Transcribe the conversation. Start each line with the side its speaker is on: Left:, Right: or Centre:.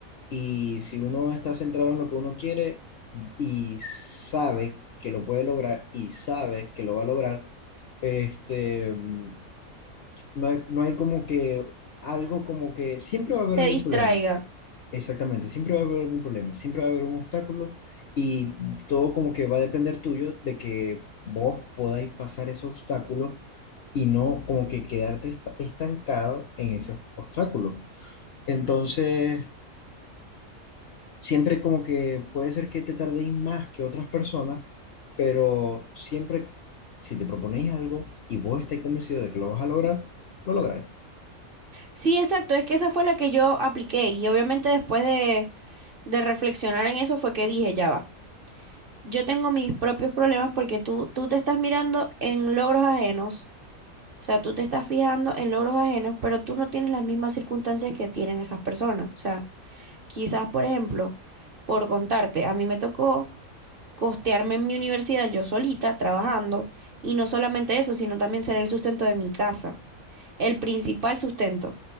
Left: Y si uno está centrado en lo que uno quiere y sabe que lo puede lograr y sabe que lo va a lograr, este, mm, no hay, no hay como que algo como que siempre va a haber
Right: Te
Left: algún
Right: distraiga.
Left: problema, Exactamente, siempre va a haber algún problema, siempre va a haber un obstáculo y todo como que va a depender tuyo de que vos podáis pasar ese obstáculo y no como que quedarte esta- estancado en ese obstáculo. Entonces, siempre como que puede ser que te tardéis más que otras personas, pero siempre si te proponéis algo y vos estáis convencido de que lo vas a lograr, lo lográis.
Right: Sí, exacto. Es que esa fue la que yo apliqué. Y obviamente después de, de reflexionar en eso fue que dije, ya va. Yo tengo mis propios problemas porque tú, tú te estás mirando en logros ajenos, o sea, tú te estás fijando en logros ajenos, pero tú no tienes las mismas circunstancias que tienen esas personas. O sea, quizás, por ejemplo, por contarte, a mí me tocó costearme en mi universidad yo solita, trabajando, y no solamente eso, sino también ser el sustento de mi casa, el principal sustento.